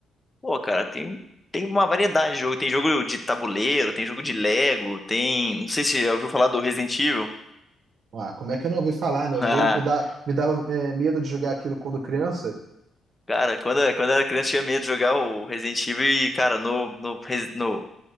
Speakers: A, on the left; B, on the right.
A: Pô, cara, tem, tem uma variedade de jogo. Tem jogo de tabuleiro, tem jogo de Lego, tem. Não sei se você já ouviu falar do Resident Evil.
B: Ah, como é que eu não ouvi falar, né?
A: <laughs>
B: O jogo que dá, me dava eh, medo de jogar aquilo quando criança.
A: Cara, quando, quando eu era criança, eu tinha medo de jogar o Resident Evil e, cara, no, no, Resi- no